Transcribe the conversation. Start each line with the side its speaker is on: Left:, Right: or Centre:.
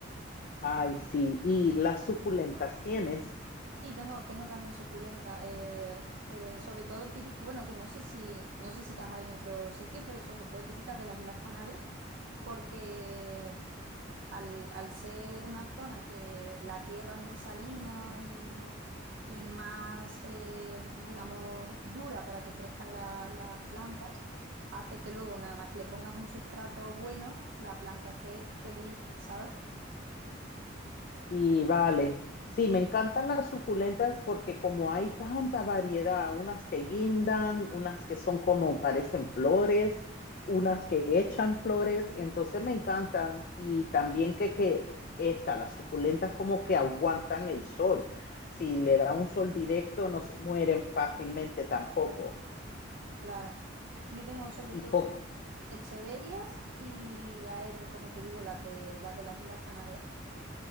Left: Ay, sí. ¿Y las suculentas tienes?
Right: Sí, tengo, tengo también suculenta. eh, eh, sobre todo típica, bueno, que no sé si, no sé si las hay en otro sitio, pero sobre todo típicas de las Islas Canarias, porque al, al ser una zona que la tierra es muy salina y, y más, eh, digamos, dura para que crezcan la- las plantas, hace que luego nada más que le pongas un sustrato bueno, la planta esté feliz, ¿sabes?
Left: Sí, vale. Sí, me encantan las suculentas porque como hay tanta variedad, unas que guindan, unas que son como parecen flores, unas que echan flores, entonces me encantan. Y también que, que esta, las suculentas como que aguantan el sol. Si le da un sol directo, no se mueren fácilmente tampoco.
Right: Claro. Yo tengo sobre
Left: Y
Right: todo
Left: po-
Right: e, Echeverias y Aerium, como te digo, las de las de las Islas Canarias.